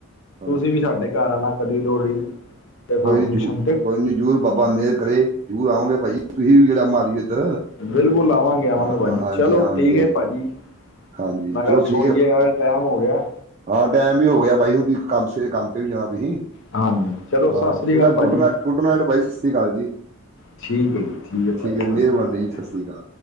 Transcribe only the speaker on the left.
ਤੁਸੀਂ ਵੀ ਸਾਡੇ ਘਰ ਆਣਾ ਕਦੀ ਲੋਹੜੀ ਤੇ ਫੰਕਸ਼ਨ
ਤੇ
ਬਿਲਕੁਲ ਆਵਾਂਗੇ-ਆਵਾਂਗੇ
ਭਾਜੀ
ਚਲੋ
ਠੀਕ
ਐ ਭਾਜੀ,
ਮੈਂ ਕਿਹਾ
ਸੋਈਏ
ਯਾਰ ਟੈਮ, ਹੋ ਗਿਆ।
ਹਾਂਜੀ ਚਲੋ ਸਤਿ
ਸ੍ਰੀ ਅਕਾਲ
ਭਾਜੀ
ਠੀਕ ਐ ਜੀ ਠੀਕ ਐ
ਭਾਜੀ।